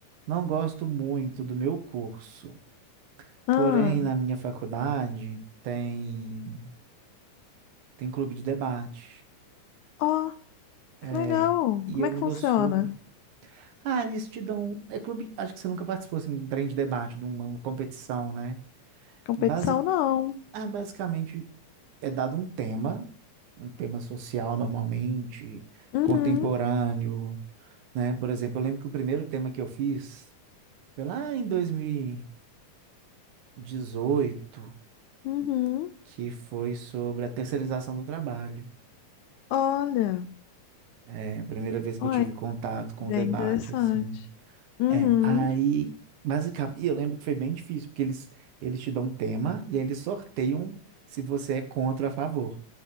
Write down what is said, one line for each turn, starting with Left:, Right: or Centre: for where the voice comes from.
Right: não gosto muito do meu curso.
Left: <laughs> ah.
Right: Porém, na minha faculdade tem tem clube de debate.
Left: Ó,
Right: É,
Left: que legal.
Right: e
Left: Como
Right: eu
Left: é
Right: me
Left: que funciona?
Right: dou super. Ah, eles te dão, é clube, acho que você nunca participou assim, de um trem de debate, de uma competição, né?
Left: Competição
Right: Basi-
Left: não.
Right: Ah, basicamente é dado um tema, um tema social normalmente,
Left: Uhum,
Right: contemporâneo, né? Por exemplo, eu lembro que o primeiro tema que eu fiz foi lá em dois mil e dezoito,
Left: uhum.
Right: que foi sobre a terceirização do trabalho.
Left: Olha,
Right: É a primeira vez que
Left: olha,
Right: eu tive contato com
Left: bem
Right: o debate,
Left: interessante.
Right: assim.
Left: Uhum,
Right: É, aí, basicamente, e eu lembro que foi bem difícil, porque eles, eles te dão um tema e aí eles sorteiam se você é contra ou a favor.